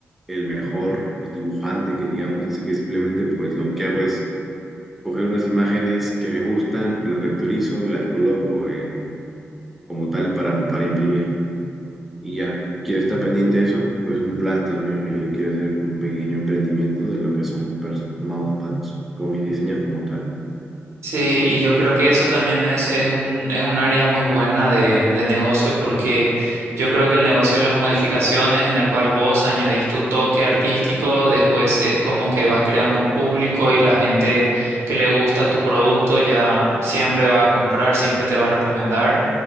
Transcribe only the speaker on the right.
Sí, y yo creo que eso también es, es un, es un área muy buena de, de negocio porque yo creo que el negocio de las modificaciones en el cual vos añadís tu toque artístico, después es como que vas creando un público y la gente que le gusta tu producto ya siempre va a comprar, siempre te va a recomendar.